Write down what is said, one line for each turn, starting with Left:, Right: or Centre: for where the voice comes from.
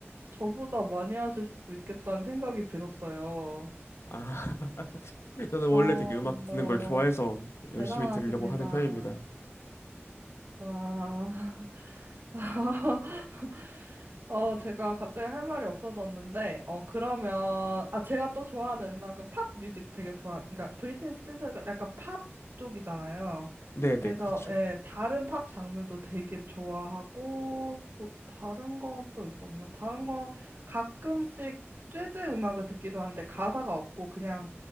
Right: 저보다 많이 하실 수도 있겠다는 생각이 들었어요.
Left: 아, <laughs> 저는
Right: 어,
Left: 원래 되게 음악 듣는
Right: 어,
Left: 걸 좋아해서 열심히
Right: 대단하십니다.
Left: 들으려고 하는 편입니다.
Right: 와. <laughs> 어, 제가 갑자기 할 말이 없어졌는데, 어, 그러면, 아, 제가 또 좋아하는 음악은 팝 뮤직 되게 좋아, 그러니까 브리트니 스피어스가 약간 팝 쪽이잖아요.
Left: 네,
Right: 그래서,
Left: 네, 그렇죠.
Right: 예, 다른 팝 장르도 되게 좋아하고, 뭐, 다른 건 또 있었나? 다른 건 가끔씩 재즈 음악을 듣기도 하는데, 가사가 없고, 그냥